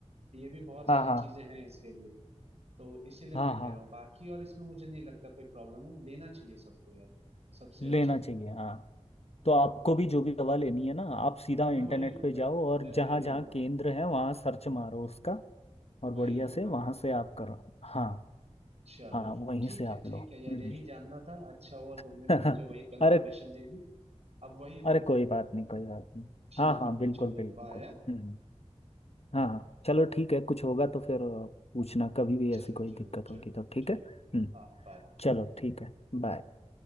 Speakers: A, on the right; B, on the left.
A: ये भी बहुत सारी
B: हाँ हाँ
A: चीजें हैं इसके लिए तो इसीलिए
B: हाँ
A: मैं कह
B: हाँ
A: रहा हूँ बाकी और इसमें मुझे नहीं लगता कोई प्रॉब्लम है लेना चाहिए सबको यार सबसे
B: लेना
A: अच्छा रहेगा
B: चाहिए हाँ तो आपको भी जो भी दवा लेनी है ना आप सीधा इंटरनेट
A: मैं वही लूंगा
B: पे जाओ और
A: मैं
B: जहाँ
A: वही
B: जहाँ
A: लूंगा
B: केंद्र है वहाँ सर्च मारो उसका और
A: वही
B: बढ़िया
A: लूंगा
B: से वहाँ से आप करो हाँ
A: चलो
B: हाँ वहीं
A: ठीक
B: से आप
A: है ठीक
B: लो
A: है यार
B: हम्म।
A: यही जानना था अच्छा हुआ तुमने
B: <laughs>
A: भी मुझे वही कंफर्मेशन
B: अरे
A: दे दी अब वही लूंगा
B: अरे कोई बात नहीं कोई बात नहीं
A: ठीक
B: हाँ हाँ बिल्कुल
A: चलो
B: बिल्कुल
A: बाय
B: हम्म हाँ हाँ चलो ठीक है कुछ होगा तो फिर अ, पूछना कभी भी
A: जरूर
B: ऐसी कोई
A: जरूर
B: दिक्कत
A: जरूर
B: होगी तो ठीक
A: ठीक
B: है हम्म
A: हाँ बाय
B: चलो ठीक है बाय